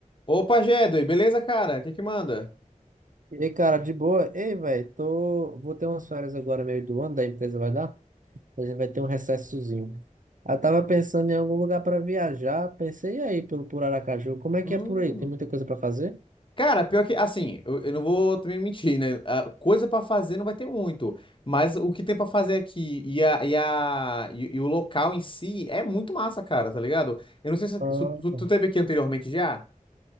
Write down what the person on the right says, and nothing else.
E aí, cara, de boa? Ei, velho, tô... vou ter umas férias agora, meio do ano, da empresa vai dar? A gente vai ter um recessozinho. Eu tava pensando em algum lugar para viajar, pensei aí pelo por Aracaju. Como é
que é por aí? Tem muita coisa para fazer?
Ah.